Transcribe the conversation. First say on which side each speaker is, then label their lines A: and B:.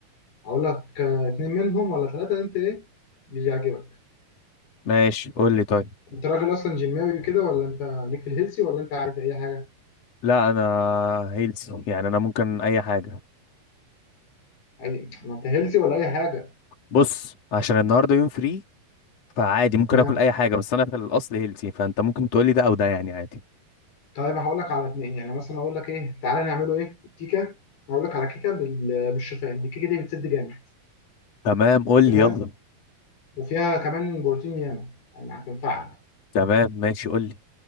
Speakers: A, on the left (about 75°); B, on the left (about 45°).
A: اقول لك اتنين منهم ولا ثلاثه انت ايه اللي يعجبك
B: ماشي قول لي طيب
A: انت راجل اصلا جيماوي كده ولا انت ليك في الهيلسي ولا انت عادي اي حاجه
B: لا انا هيلثي يعني انا ممكن اي حاجه
A: اي ما انت هيلسي ولا اي حاجه
B: بص عشان النهارده يوم فري فعادي ممكن
A: تمام
B: اكل اي حاجه بس انا في الاصل هيلثي فانت ممكن تقول لي ده او ده يعني عادي
A: طيب هقول لك على اتنين يعني مثلا اقول لك ايه تعالى نعمله ايه الكيكه هقول لك على كيكه بال- بالشوفان الكيكه دي بتسد جامد
B: تمام قول
A: انت فاهم
B: لي يلا
A: وفيها كمان بروتين ياما يعني هتنفعك
B: تمام ماشي قول لي